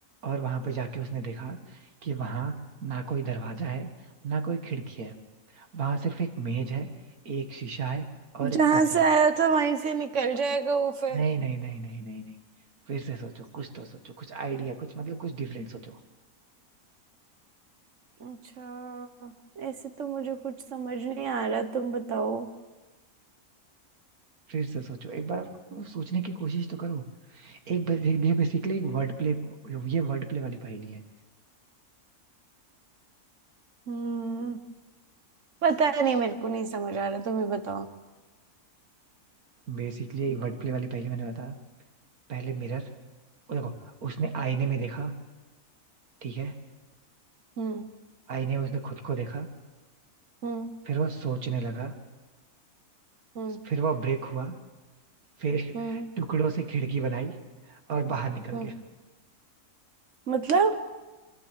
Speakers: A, on the right; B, on the right.
A: और वहां पे जाके उसने देखा कि वहां ना कोई दरवाजा है ना कोई खिड़की है वहां सिर्फ एक मेज है एक शीशा है और
B: जहां
A: एक रस्सी
B: से
A: है
B: आया था वहीं से निकल जाएगा वो फिर
A: नहीं नहीं नहीं नहीं नहीं नहीं फिर से सोचो कुछ तो सोचो कुछ आइडिया कुछ मतलब कुछ डिफरेंट सोचो
B: अच्छा ऐसे तो मुझे कुछ समझ नहीं आ रहा तुम बताओ
A: फिर से सोचो एक बार वो सोचने की कोशिश तो करो एक बस- ये बेसिकली एक वर्ड प्ले ये वर्ड प्ले वाली पहेली है
B: हम्म पता नहीं मेरे को नहीं समझ आ रहा तुम ही बताओ
A: बेसिकली वर्ड प्ले वाली पहेली मैंने बताया पहले मिरर देखो उसने आईने में देखा ठीक है
B: हम्म
A: आईने में उसने खुद को देखा
B: हम्म
A: फिर वह सोचने लगा
B: हम्म
A: फिर वह ब्रेक हुआ फिर
B: हम्म
A: टुकड़ों से खिड़की बनाई और बाहर निकल
B: हम्म
A: गया
B: मतलब